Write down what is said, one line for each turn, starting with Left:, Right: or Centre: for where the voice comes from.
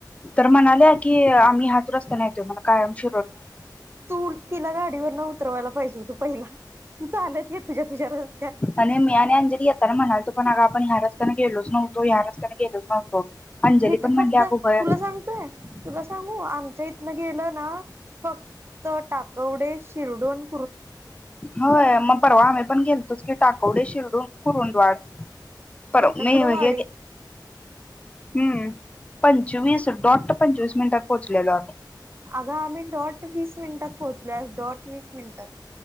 Left: तर म्हणाल्या की आम्ही हाच रस्त्याने येतोय कायमच
Right: तू तिला गाडीवर न उतरवायला पाहिजे हो तू पहिला तुझ अंदा ये तुझ्या तुझ्याच
Left: आणि मी अ आणि अंजली येेताना म्हणाल तू पण ग आपण ह्याच गेलोज न होतो या रस्त्याने गेलोज नव्हतो अंजली
Right: हे तर
Left: पण म्हणली
Right: फक्त
Left: अगं होय
Right: तुला सांगतोय तुला सांगू आमच्या इथनं गेलं ना फक्त टाकवडे शिरडून
Left: होय मग पर वाम आपण गेलतोस की टाकवडे शिरडू कुरुंदवाड
Right: तिथनं
Left: पर मी
Right: पुढं
Left: होग
Right: वाढीत
Left: हम्म पंचवीस दोड पंचवीस मिनटात पोहचलेलो आम्ही
Right: आग आम्ही दॉट वीस मिनिटात पोहोचलोज दॉट वीस मिनिटात